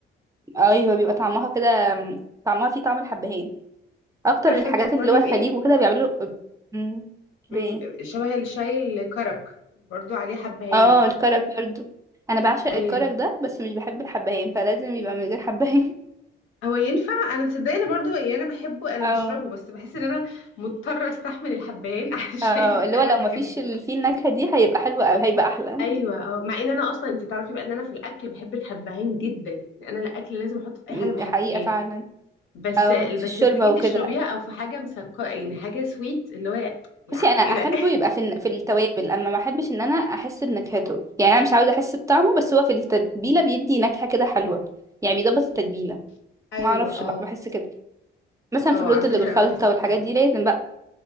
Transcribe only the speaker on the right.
ايوه بيبقى طعمها كده م، طعمها فيه طعم الحبهان اكتر
الحاجات
اللي هو الخليج
وكده بيعملوا امم
بايه
اه الكرك برضه انا بعشق
الكرك ده بس مش بحب الحبهان فلازم يبقى من غير حبهان
<laughs>
اه
اه اللي
هو لو
ما فيش ال... فيه النكهه دي هيبقى حلو أوي هيبقى احلى
<laughs>
م،
حقيقه فعلا
اه
في الشوربه
وكده
بصي انا
احبه
يبقى في الن- في التوابل اما ما احبش ان انا احس بنكهته يعني انا مش عاوزه احس بطعمه بس هو في التتبيله بيدي نكهه كده حلوه يعني بيظبط التتبيله
ما اعرفش
بقى بحس كده مثلا
في الرز
اللي بالخلطه
والحاجات
دي لازم بقى